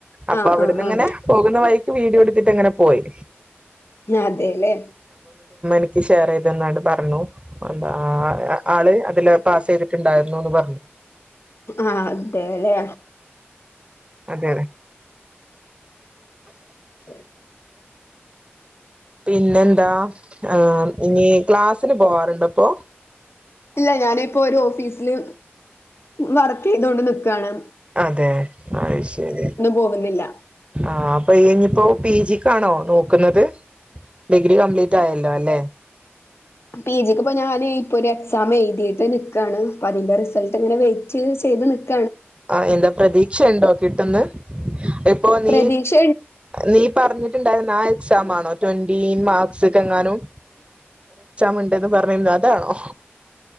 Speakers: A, on the right (about 25°); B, on the left (about 75°).
A: അപ്പൊ
B: ആഹ്
A: അവിടുന്ന്
B: ആഹ്
A: ഇങ്ങനെ
B: ആഹ്
A: പോകുന്ന വൈക്ക് വീഡിയോ എടുത്തിട്ട് അങ്ങനെ പോയി
B: അതെല്ലേ
A: എക്ക്ഷർ ഇതെന്നായിട്ട് പറഞ്ഞു എന്ത ആള് അതില് പാസ് ചെയ്തിട്ടുണ്ടായിരുന്നുന്ന് പറഞ്ഞു
B: ആഹ അതെ അല്ലേ
A: അതെ അതെ
B: <inaudible>
A: പിന്നെ എന്താ ആ ഇനി ക്ലാസിന് പോവാറുണ്ട് അപ്പോൊ
B: ഇല്ല ഞാനിപ്പോൊ ഒരു ഓഫീസിില് വർക്ക് ചെയ്തൊണ്ട് നിക്കുകയാണ്
A: അതെ അത് ശരി
B: പോകുന്നില്ല
A: ആഹ അപ്പൊ ഈഞ്ഞിപ്പോ പി ജിക്ക്ാണോ നോക്കുന്നത് ഡിഗ്രി കംപ്ലീറ്റ് ആയല്ലോ അല്ലെ
B: പി ജിക്ക് ഇപ്പോൾ ഞാൻ ഇപ്പോൾ ഒരു എക്സാം എഴുതിയിട്ട് നിൽക്കുവാണ് അപ്പോൾ അതിൻ്റെ റിസൾട്ട് ഇങ്ങനെ വെയിറ്റ് ചെയ്ത് നിൽക്കും
A: ആ എന്താ പ്രതീക്ഷ ഉണ്ടോ കിട്ടന്ന് ഇപ്പോൊ നീ
B: പ്രതീക്ഷ
A: നീ പറഞ്ഞിട്ടുണ്ടായിരുന്ന ആ എക്സാ ആണോ ട്വന്റിീ മാർക്സ് ഒക്കെ എങ്ങാനും മുണ്ടന്ന് പറഞ്ഞിരുന്നു അതാണോ